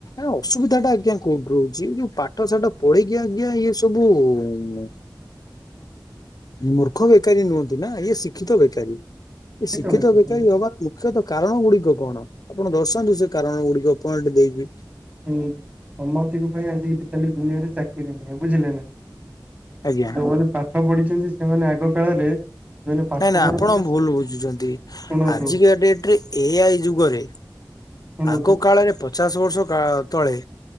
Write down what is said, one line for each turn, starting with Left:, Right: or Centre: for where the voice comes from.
Left: ଅସୁବିଧା ଟା ଆଜ୍ଞା କୋଉଠି ରହୁଛି ଯୋଉ ପାଠ ସାଠ ପଢିକି ଆଜ୍ଞା ଇଏ ସବୁ ଉଁ ମୂର୍ଖ ବେକାରୀ ନୁହନ୍ତି ନା ଇଏ ଶିକ୍ଷିତ ବେକାରୀ।
Right: ଏତିକି
Left: ଏ ଶିକ୍ଷିତ
Right: ତ ବେକାର
Left: ବେକାରୀ
Right: ଲୋକ।
Left: ହବା ମୁଖ୍ୟ ତ କା କାରଣ ଗୁଡ଼ିକ ଆପଣ ଦର୍ଶାନ୍ତୁ ସେ କାରଣ ଗୁଡିକ ପଏଣ୍ଟ ଦେଇକି
Right: ହୁଁ ସମସ୍ତିଙ୍କ ପାଇଁ ଆଜି କାଲି ଦୁନିଆରେ ଚାକିରି ନାଇଁ ବୁଝିଲେ ନା।
Left: ଆଜ୍ଞା
Right: ଯୋଉମାନେ ପାଠ ପଢି କିନ୍ତୁ ସେମାନେ ଆଗ କାଳରେ ଯୋଉମାନେ ପାଠ
Left: ନାଇଁ ନାଇଁ
Right: ପଢୁଥିଲେ
Left: ଆପଣ ଭୁଲ
Right: ସେମାନେ
Left: ବୁଝୁଛନ୍ତି
Right: ଶୁଣନ୍ତୁ
Left: ଆଜିକା ଡେଟରେ ଏ ଆଇ ଯୁଗରେ
Right: ଶୁଣନ୍ତୁ
Left: ଆଗ କାଳରେ ପଚାଶ ବର୍ ର୍ଷ କା ତଳେ